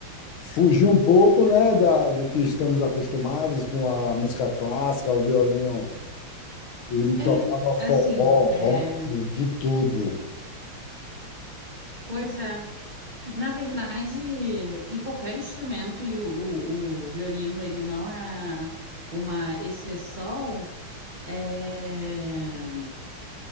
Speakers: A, on the left (about 80°); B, on the right (about 30°).
A: fugia um pouco, né, da, do que estamos acostumados com a música clássica, o violino, ele tocava
B: É,
A: forró,
B: assim,
A: rock,
B: é,
A: de tudo.
B: pois é. Na verdade, em qualquer instrumento, e o, o, o violino, ele não é uma exceção, é,